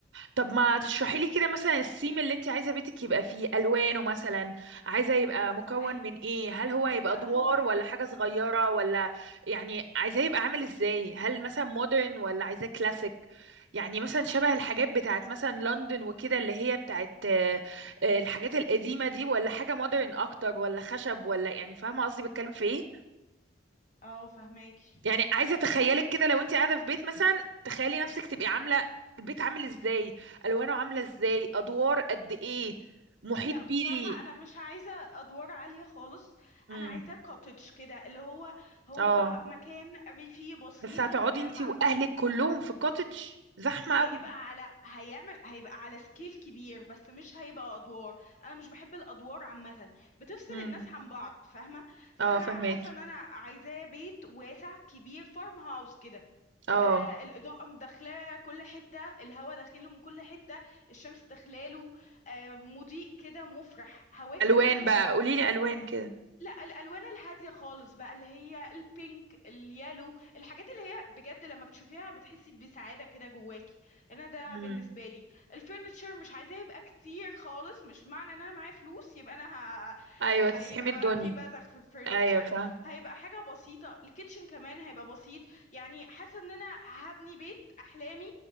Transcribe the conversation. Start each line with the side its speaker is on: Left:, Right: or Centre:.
Right: طب ما تشرحي لي كده مثلا السيم اللي انت عايزه بيتك يبقى فيه الوانه مثلا عايزه يبقى مكون
Left: هي...
Right: من ايه هل هو هيبقى
Left: لا
Right: ادوار
Left: هو انا
Right: ولا حاجه صغيره ولا يعني عايزاه يبقى عامل ازاي هل مثلا مودرن ولا عايزاه كلاسيك يعني مثلا شبه الحاجات بتاعت مثلا لندن وكده اللي هي بتاعت آه، آه، الحاجات القديمه دي ولا حاجه مودرن اكتر ولا خشب ولا يعني فاهمه قصدي بتكلم في ايه
Left: اه فهماك
Right: يعني عايزه اتخيلك كده لو انت قاعده في بيت مثلا تخيلي نفسك تبقي عامله البيت عامل ازاي الوانه عامله ازاي ادوار قد ايه محيط
Left: لا
Right: بيه
Left: بصراحة أنا مش عايزة أدوار عالية خالص
Right: امم
Left: أنا عايزة كوتج كده اللي هو هو
Right: اه
Left: مكان ريفي بسيط
Right: بس هتقعدي
Left: آه،
Right: انت
Left: مع
Right: واهلك كلهم في كوتج زحمه
Left: هيبقى
Right: قوي
Left: على هيعمل هيبقى على سكيل كبير بس مش هيبقى أدوار أنا مش بحب الأدوار عامة بتفصل
Right: امم
Left: الناس عن بعض فاهمة فأنا
Right: اه فهماكي
Left: حاسة إن أنا عايزاه بيت واسع كبير فارم هاوس كده
Right: اه
Left: تبقى الإضاءة مدخلة كل حتة الهواء داخله من كل حتة الشمس داخلاله آه، مضيء كده مفرح هواه كمان
Right: الوان
Left: حلو
Right: بقى قولي لي الوان كده
Left: لا الالوان الهاديه خالص بقى اللي هي البينك اليالو الحاجات اللي هي بجد لما بتشوفيها بتحسي بسعاده كده جواكي انا ده
Right: امم
Left: بالنسبه لي الفurniture مش عايزاه يبقى كتير خالص مش معنى ان انا معايا فلوس يبقى انا ه...
Right: ايوه
Left: ه...
Right: تسحمي
Left: يبقى
Right: الدنيا
Left: بقى في بذخ في الفurniture
Right: ايوه فاهم
Left: هيبقى حاجه بسيطه الكيتشن كمان هيبقى بسيط يعني حاسه ان انا هبني بيت احلامي